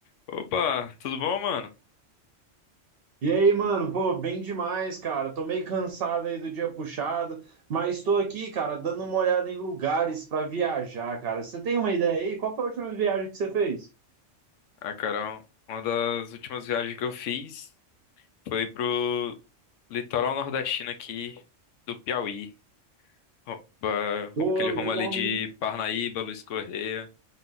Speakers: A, on the left; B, on the right.
A: Opa, tudo bom, mano?
B: E aí, mano, pô, bem demais, cara. Tô meio cansado aí do dia puxado, mas tô aqui, cara, dando uma olhada em lugares pra viajar, cara. Você tem uma ideia aí? Qual foi a última viagem que você fez?
A: Ah, cara, um- uma das últimas viagens que eu fiz foi pro litoral nordestino aqui do Piauí. Ro- ba-
B: Ô,
A: Aquele
B: legal,
A: rumo ali de
B: hein?
A: Parnaíba, Luiz Correia.